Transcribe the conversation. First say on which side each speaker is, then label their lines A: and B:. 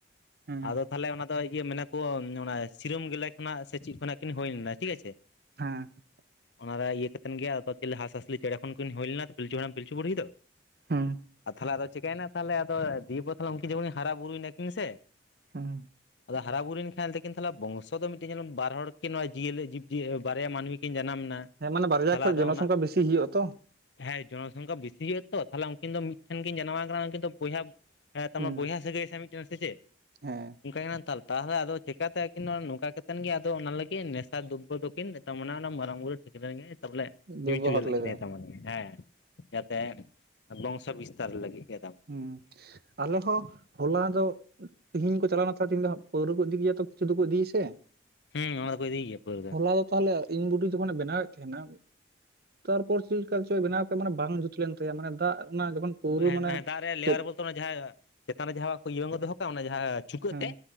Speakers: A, on the right; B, on the left.
A: ᱦᱩᱸ
B: ᱟᱫᱚ ᱛᱟᱦᱚᱞᱮ ᱚᱱᱟ ᱫᱚ ᱤᱭᱟᱹ ᱢᱮᱱᱟᱠᱚ, ᱚᱱᱟ ᱥᱤᱨᱟᱹᱢ ᱜᱮᱞᱮ ᱠᱷᱚᱱᱟᱜ ᱥᱮ ᱪᱮᱫ ᱠᱷᱚᱱᱟᱜ ᱠᱤᱱ ᱦᱩᱭ ᱞᱮᱱᱟ ᱴᱷᱤᱠ ᱟᱪᱷᱮ
A: ᱦᱮᱸ
B: ᱚᱱᱟ ᱨᱮ ᱤᱭᱟᱹ ᱠᱟᱛᱮᱱ ᱜᱮ ᱟᱫᱚ ᱪᱤᱞᱤ ᱦᱟᱸᱥᱼᱦᱟᱸᱥᱞᱤ ᱪᱮᱬᱮ ᱠᱷᱚᱱᱠᱤᱱ ᱦᱩᱭ ᱞᱮᱱᱟ ᱯᱤᱞᱪᱩ ᱦᱟᱲᱟᱢ ᱯᱤᱞᱪᱩ ᱵᱩᱲᱦᱤ ᱫᱚ ᱾
A: ᱦᱩᱸᱢ
B: ᱟᱨ ᱛᱟᱦᱚᱞᱮ ᱟᱫᱚ ᱪᱤᱠᱟᱹᱭᱱᱟ ᱛᱟᱦᱞᱮ ᱟᱫᱚ ᱫᱤᱭᱮᱯᱚᱨ ᱛᱟᱦᱞᱮ ᱩᱱᱠᱤ ᱡᱚᱠᱷᱚᱱ ᱠᱤᱱ ᱦᱟᱨᱟ ᱵᱩᱨᱩᱭᱱᱟ ᱠᱤᱱ ᱥᱮ,
A: ᱦᱩᱸ
B: ᱟᱫᱚ ᱦᱟᱨᱟ ᱵᱩᱨᱩᱭᱮᱱ ᱠᱷᱟᱱ ᱫᱚᱠᱤᱱ ᱛᱟᱦᱞᱮ ᱵᱚᱝᱥᱚ ᱫᱚ ᱢᱤᱜᱴᱮᱡ ᱧᱮᱞ ᱢᱮ ᱵᱟᱨ ᱦᱚᱲ ᱠᱤᱱ ᱱᱚᱣᱟ ᱡᱤᱭᱟᱹᱞᱤ ᱡᱤᱵᱽᱤᱭᱟᱹ ᱵᱟᱨᱭᱟ ᱢᱟᱱᱢᱤ, ᱠᱤᱱ ᱡᱟᱱᱟᱢ ᱮᱱᱟ
A: ᱦᱮᱸ ᱢᱟᱱᱮ ᱵᱟᱨᱭᱟ
B: ᱛᱟᱦᱚᱞᱮ
A: ᱠᱷᱚᱡ
B: ᱟᱫᱚ
A: ᱡᱚᱱᱚᱥᱚᱝᱠᱷᱟ
B: ᱚᱱᱟ
A: ᱵᱮᱥᱤ ᱦᱩᱭᱩᱜᱼᱟ ᱛᱚ,
B: ᱦᱮᱸ ᱡᱚᱱᱚᱥᱚᱝᱠᱷᱟ ᱵᱮᱥᱤ ᱦᱩᱭᱩᱜᱼᱟ ᱛᱚ, ᱛᱟᱦᱚᱞᱮ ᱩᱱᱠᱤᱱ ᱫᱚ ᱢᱤᱫᱴᱷᱮᱱ ᱠᱤᱱ ᱡᱟᱱᱟᱢ ᱟᱠᱟᱱᱟ ᱩᱱᱠᱤᱱ ᱫᱚ ᱵᱚᱭᱦᱟ ᱦᱮᱸ ᱛᱟᱢ
A: ᱦᱩᱸ
B: ᱵᱚᱭᱦᱟ ᱥᱟᱹᱜᱟᱹᱭ ᱥᱮ ᱢᱤᱜᱴᱮᱱ ᱥᱮ ᱪᱮᱫ,
A: ᱦᱮᱸ
B: ᱚᱱᱠᱟ ᱠᱟᱱᱟ ᱛᱟᱞ ᱛᱟᱦᱚᱞᱮ ᱟᱫᱚ ᱪᱮᱠᱟᱛᱮ ᱟᱹᱠᱤᱱ ᱱᱚᱝᱠᱟ ᱠᱟᱛᱮᱫ ᱜᱮ ᱟᱫᱚ ᱚᱱᱟ ᱞᱟᱹᱜᱤᱫ ᱱᱮᱥᱟ ᱫᱩᱵᱵᱚ ᱫᱚᱠᱤᱱ ᱮᱛᱟᱢ ᱚᱱᱟ ᱚᱱᱟ ᱢᱟᱨᱟᱝ ᱵᱩᱨᱩ ᱴᱷᱟᱹᱠᱨᱟᱹᱱ ᱜᱮ ᱛᱚᱵᱚᱞᱮ,
A: ᱵᱮᱵᱚᱦᱟᱨ
B: ᱧᱩ ᱦᱚᱪᱚᱭ ᱞᱮᱫ
A: ᱞᱮᱫᱟ
B: ᱠᱤᱱᱟ ᱛᱟᱢᱟᱱᱮ ᱦᱮᱸ ᱡᱟᱛᱮ ᱵᱚᱝᱥᱚ ᱵᱤᱥᱛᱟᱨ ᱞᱟᱹᱜᱤᱫ ᱜᱮ,
A: ᱦᱩᱸ ᱟᱞᱮ ᱦᱚᱸ ᱦᱚᱞᱟ ᱫᱚ ᱛᱮᱦᱤᱧ ᱠᱚ ᱪᱟᱞᱟᱣᱱᱟ ᱛᱟᱦᱟᱞᱮ ᱛᱮᱦᱮᱧ ᱫᱚ ᱦᱟᱸᱜ ᱯᱟᱹᱣᱨᱟᱹ ᱠᱚ ᱤᱫᱤ ᱜᱮᱭᱟ ᱛᱚ ᱠᱤᱪᱷᱩ ᱫᱚᱠᱚ ᱤᱫᱤᱭᱟ ᱥᱮ ᱾
B: ᱦᱩᱸ ᱚᱱᱟ ᱫᱚᱠᱚ ᱤᱫᱤᱭ ᱜᱮᱭᱟ ᱯᱟᱹᱣᱨᱟᱹ ᱫᱚ ᱾
A: ᱦᱚᱞᱟ ᱫᱚ ᱛᱟᱦᱚᱞᱮ ᱤᱧ ᱵᱩᱰᱤ ᱡᱚᱠᱷᱚᱱᱮ ᱵᱮᱱᱟᱣ ᱮᱫ ᱛᱟᱸᱦᱮᱱᱟ ᱛᱟᱨᱯᱚᱨ ᱪᱮᱜ ᱞᱮᱠᱟ ᱪᱚᱭ ᱵᱮᱱᱟᱣ ᱠᱮᱫ ᱢᱟᱱᱮ ᱵᱟᱝ ᱡᱩᱛ ᱞᱮᱱ ᱛᱟᱭᱟ ᱢᱟᱱᱮ ᱫᱟᱜ ᱚᱱᱟ ᱡᱚᱠᱷᱚᱱ ᱯᱟᱹᱣᱨᱟᱹ
B: ᱦᱮᱸ
A: ᱢᱟᱱᱮ
B: ᱫᱟᱜ ᱨᱮ ᱞᱮᱭᱟᱨ
A: ᱛᱩᱫ
B: ᱵᱚᱞᱛᱮ ᱚᱱᱟ ᱡᱟᱸᱦᱟ ᱪᱮᱛᱟᱱ ᱨᱮ ᱡᱟᱸᱦᱟ ᱤᱭᱟᱹ ᱵᱟᱝ ᱠᱚ ᱫᱚᱦᱚ ᱠᱟᱜ-ᱟ ᱚᱱᱟ ᱡᱟᱸᱦᱟ ᱪᱩᱠᱟᱹᱜ
A: ᱦᱮᱸ
B: ᱛᱮᱜ